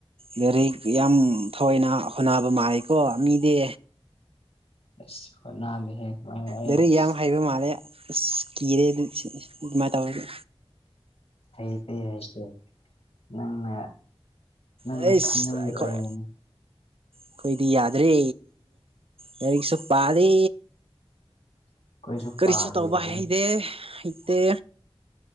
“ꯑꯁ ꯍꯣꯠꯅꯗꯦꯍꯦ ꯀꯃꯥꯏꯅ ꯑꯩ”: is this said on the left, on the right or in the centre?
Left